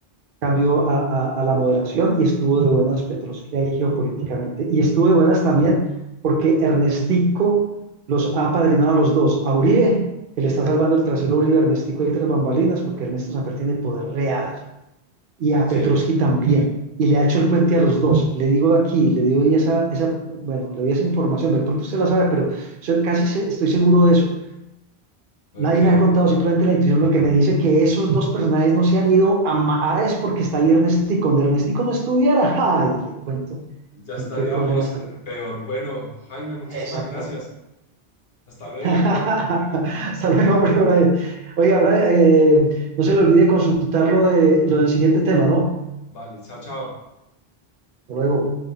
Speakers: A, on the right (about 60°); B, on the left (about 70°).
A: cambio a, a, a la moderación y estuvo de buenas Petrovsky ahí geopolíticamente. Y estuvo de buenas también porque Ernestico los ha apadrinado a los dos, a Uribe, que le está salvando el trasero a Uribe, Ernestico y tres bambalinas, porque Ernesto Samper tiene poder real y a
B: sí,
A: Petrovsky también. Y le ha hecho el puente a los dos. Le digo aquí, le doy esa, esa, bueno, le doy esa información. De pronto usted la sabe, pero yo casi se- estoy seguro de eso.
B: ok,
A: Nadie
B: eh,
A: me ha contado, simplemente la intuición lo que me dice que esos dos personajes no se han ido a Maades porque está ahí Ernestico. Donde Ernestico no estuviera, <laughs> ¡ay! Le cuento
B: ya estaríamos
A: en qué problema estaría.
B: peor. Bueno, Jaime, muchísimas
A: Exactamente.
B: gracias. Hasta
A: <laughs>
B: luego.
A: Hasta luego, hombre, Brian. Oiga, Brian, eh, no se le olvide consultar lo, de, lo del siguiente tema, ¿no?
B: Vale, chao, chao.
A: Hasta luego.